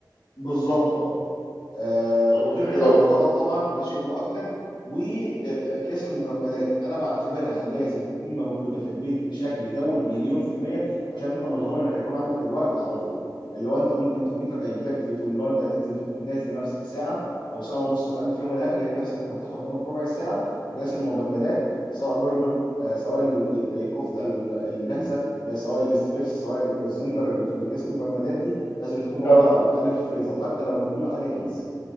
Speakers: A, on the left; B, on the left.
A: بالظبط اه آه،
B: طيب
A: وغير
B: حلو
A: كده
B: قوي
A: البهارات طبعا ده شيء مؤكد واكياس المجمدات انا بعتبرها لازم تكون موجوده في البيت بشكل دوري مليون في الميه عشان انت مش ضامن انك هيكون عندك الوقت على طول اللي هو انت ممكن تكون فجاه يجي لك تليفون اللي هو انت هتنزل انت كنت مجهز لنفسك ساعه او ساعه ونص هتعمل فيهم الاكل لقيت نفسك انت متاح قدامك ربع ساعه اكياس المجمدات سواء برجر آه، سواء ال- ال- الكفته ال- الجاهزه آه، سواء الستريبس سواء الزنجر اللي في الاكياس المجمدات دي لازم تكون موجوده
B: طب
A: على الاقل في الفريزر حتى لو من كل حاجه كيس